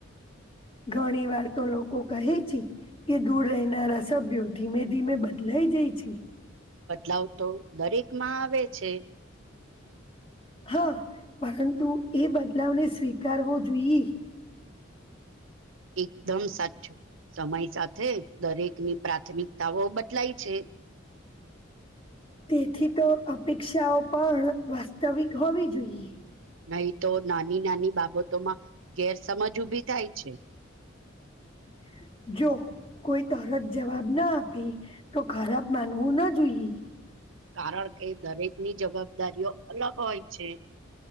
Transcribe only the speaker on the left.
ઘણી વાર તો લોકો કહે છે. કે દૂર રહેનારા સભ્યો ધીમે ધીમે બદલાય જાય છે.
હા પરંતુ એ બદલાવને સ્વીકારવો જોઈએ.
તેથી તો અપેક્ષાઓ પણ વાસ્તવિક હોવી જોઈએ.
<inaudible> જો કોઈ તરત જવાબ ના આપે તો ખરાબ માનવું ન જોઈએ.